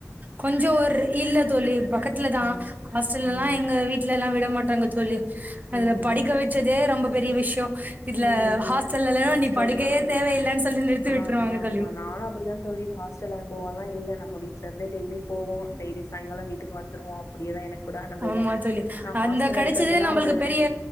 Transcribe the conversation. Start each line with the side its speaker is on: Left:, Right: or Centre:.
Right: கொஞ்சம் ஒரு இல்ல தோழி பக்கத்துலதான்
Left: ம்
Right: ஹாஸ்டல்ல எல்லாம்
Left: ம்
Right: எங்க வீட்ல எல்லாம் விட மாட்டாங்க தோழி அதுல
Left: ம்
Right: படிக்க வச் சதே ரொம்ப பெரிய விஷயம் இதுல
Left: ம்
Right: ஹாஸ்டல்யில்லன்னா
Left: ஹாஸ்டல்லா
Right: நீ படிக்கவே தேவையில்லன்னு சொல்லி நிறுத்தி விட்டுருவாங்க
Left: ஆமா
Right: தோழி
Left: ஆமா நானும் அப்டிதான் தோழி ஹாஸ்டல் அனுபவம்யெல்லாம் இல்ல நம்ம வீட்லயிருந்து டெய்லி போவோம் டெய்லி சாயங்காலம் வீட்டுக்கு வந்துடுவோம் அப்படியே தான் எனக்கு கூட அனுபவோ
Right: ஆமா தோழி
Left: நா ஹாஸ்டல்ல
Right: அந்த கிடைச்சதே
Left: இருக்கறதெல்லா
Right: நம்மளுக்கு
Left: ஒரு
Right: பெரிய